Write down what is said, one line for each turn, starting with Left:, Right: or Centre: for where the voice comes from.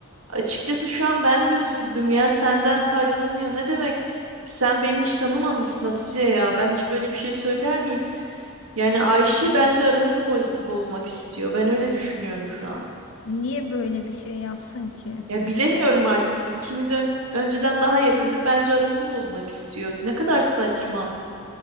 Right: Açıkçası şu an ben de üzüldüm ya. Senden faydalanıyor. Ne demek? Sen beni hiç tanımamışsın Hatice ya. Ben hiç böyle bir şey söyler miyim? Yani Ayşe bence aramızı boz- bozmak istiyor. Ben öyle düşünüyorum şu an.
Left: Niye böyle bir şey yapsın ki?
Right: Ya bilemiyorum artık. İkimiz ön- önceden daha yakındık. Bence aramızı bozmak istiyor. Ne kadar saçma.